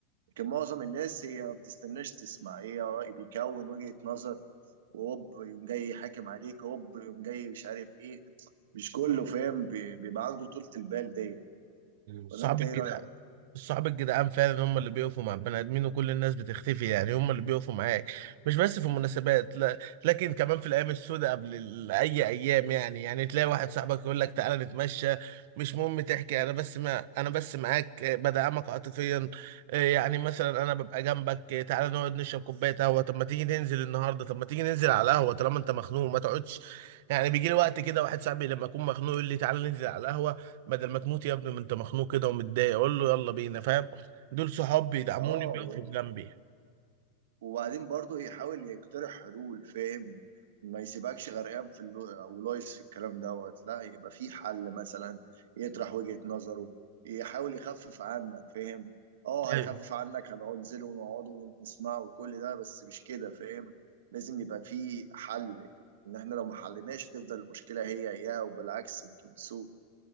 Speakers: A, on the right; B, on the right.
A: لكن معظم الناس هي ما بتستناش تسمع هي بيكون وجهة نظر وهوب يقوم جاي حاكم عليك هوب يقوم جاي مش عارف ايه مش كله فاهم بي- بيبقى عنده طولة البال دي
B: صحاب
A: ولا انت ايه
B: الجدعان
A: رأيك؟
B: الصحاب الجدعان فعلا هم اللي بيقفوا مع البني ادمين وكل الناس بتختفي يعني هم اللي بيقفوا معاك مش بس في المناسبات لا لكن كمان في الايام السوداء قبل ال- اي ايام يعني يعني تلاقي واحد صاحبك يقول لك تعالى نتمشى مش مهم تحكي انا بس ما انا بس معاك آه، بدعمك عاطفيا آه، يعني مثلا انا ببقى جنبك آه، تعالى نقعد نشرب كوبايه قهوه طب ما تيجي ننزل النهارده طب ما تيجي ننزل على القهوه طالما انت مخنوق ما تقعدش يعني بيجي لي وقت كده واحد صاحبي لما اكون مخنوق يقول لي تعالى ننزل على القهوه بدل ما تموت يا ابني ما انت مخنوق كده ومتضايق اقول له يلا بينا فاهم دول صحاب بيدعموني
A: اه
B: بيقفوا جنبي
A: وبعدين برضو يحاول يقترح حلول فاهم ما يسيبكش غرقان في اللو... او لايس في الكلام دوت لا يبقى في حل مثلا يطرح وجهة نظره يحاول يخفف عنك فاهم اه
B: ايوه
A: هيخفف عنك هنقعد ننزله ونقعده ونسمعه وكل ده بس مش كده فاهم لازم يبقى في حل ان احنا لو ما حليناش هتفضل المشكلة هي هي وبالعكس يمكن تسوء